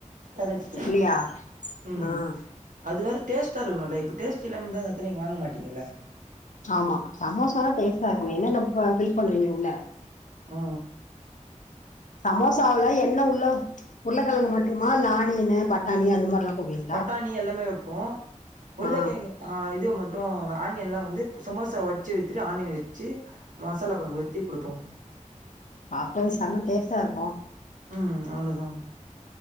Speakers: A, on the right; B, on the left.
A: கரெக்ட்டு
B: இல்லையா
A: ம்
B: ஆ
A: அது வேற டேஸ்டா இருக்கணுல்ல இப்ப டேஸ்ட்டு இல்லாம இருந்தா திருப்பி வாங்க மாட்டீங்கல்ல
B: ஆமா சமோசான்னா டேஸ்டா இருக்குமே என்னன்ன ஃபில் பண்றிங்க உள்ள
A: ஆ
B: சமோசாவல என்ன உள்ள உருளக்கெழங்கு மட்டுமா இல்ல ஆனியனு பட்டாணி அந்த மாரில்லா போடுவீங்க
A: பட்டாணி எல்லாமே வைப்போ உள்ளக்காயங்க
B: ஆ
A: ஆ இது மட்டும் ஆனியன் எல்லா வந்து சமோசா வச்சு வத்துட்டு ஆனியன் வச்சு மசாலா கொழம்பு ஊத்தி குடுப்போம்
B: அப்போ செம டேஸ்டா இருக்கும்
A: ம் அவ்ளோதா